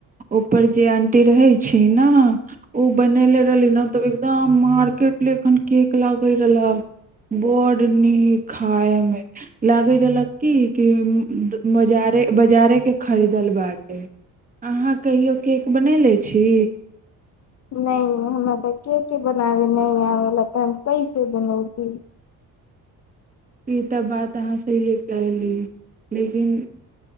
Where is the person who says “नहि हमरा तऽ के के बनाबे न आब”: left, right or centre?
Left